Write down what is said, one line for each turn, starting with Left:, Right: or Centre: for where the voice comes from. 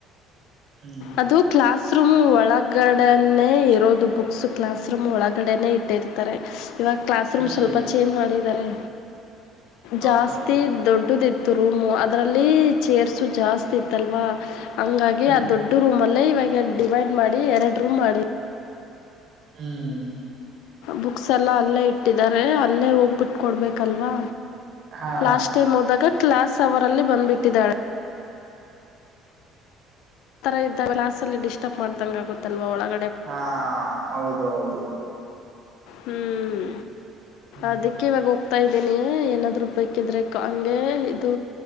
Right: ಹ್ಮ್
Left: ಅದು ಕ್ಲಾಸ್ ರೂಮ್ ಒಳಗಡನ್ನೇ ಇರೋದು ಬುಕ್ಸ್ ಕ್ಲಾಸ್ ರೂಮ್ ಒಳಗಡೆೇ ಇಟ್ಟಿರ್ತಾರೆ ಇವಾಗ ಕ್ಲಾಸ್ ರೂಮ್
Right: ಹ್ಮ್
Left: ಸ್ವಲ್ಪ ಚೇಂಜ್ ಮಾಡಿದ್ದಾರೆ
Right: ಹೌದಾ
Left: ಜಾಸ್ತಿ ದೊಡ್ಡದಿತ್ತು ರೂಮು ಅದರಲ್ಲಿ ಚೇರ್ಸ್ ಜಾಸ್ತಿ ಇತ್ತಲ್ವಾ ಹಂಗಾಗಿ
Right: ಹ್ಮ್
Left: ಆ ದೊಡ್ಡ ರೂಮ ಅಲ್ಲೇ ಇವವಾಗಿ ಡಿವೈಡ್ ಮಾಡಿ ಎರಡು ರೂಮ್ ಮಾಡಿ
Right: ಹ್ಮ್
Left: ಬುಕ್ಸ್ ಎಲ್ಲಾ ಅಲ್ಲೇ ಇಟ್ಟಿದ್ದಾರೆ ಅಲ್ಲೇ ಹೋಗ್ಬಿಟ್ಟ ಕೊಡ್ಬೇಕಲ್ವಾ
Right: ಹಾ
Left: ಲಾಸ್ಟ್ ಮದಾಗ ಕ್ಲಾಸ್ ಅವರಲ್ಲಿ ಬಂದ್ಬಿಟ್ಟಿದ್ದಾಳೆ ಆ ತರ ಇದ್ದಾಗ್ಾಾಸಲ್ಲಿ ಡಿಸ್ಟರ್ಬ್ ಮಾಡ್ದಂಗ ಆಗುತ್ತಲ್ವಾ ಒಳಗ್
Right: ಹಾ ಹೌದು ಹೌದು
Left: ಹ್ಮ್
Right: ಹ್ಮ್
Left: ಅದಕ್ಕೆ ಹತಾ ಇದ್ದೀನಿ ಏನಾದ್ೂ ಬೇಕಿದ್ರೆ ಹಂಗೆ ಇದು